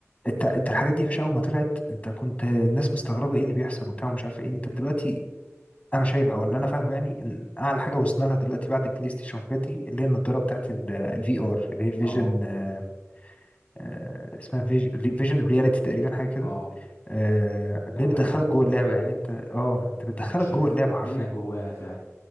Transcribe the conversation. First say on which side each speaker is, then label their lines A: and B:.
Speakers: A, on the left; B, on the left.
A: انت انت الحاجات دي يا باشا اول ما طلعت انت كنت الناس مستغربه ايه اللي بيحصل وبتاع ومش عارف ايه انت دلوقتي انا شايف او اللي انا فاهمه يعني ان اعلى حاجه وصلنا لها دلوقتي بعد البلاي ستيشن والحاجات دي اللي هي النضاره بتاعت الفي ار اللي هي الفيجن
B: اه
A: آه، آه، اسمها فيجن رياليتي تقريبا حاجه كده
B: اه
A: آه، اللي
B: واقع
A: هي بتدخلك
B: الافتراضي
A: جوه اللعبه يعني انت اه انت بتدخلك
B: انت شايف
A: جوه اللعبه
B: اكنك
A: حرفيا
B: جواها فعلا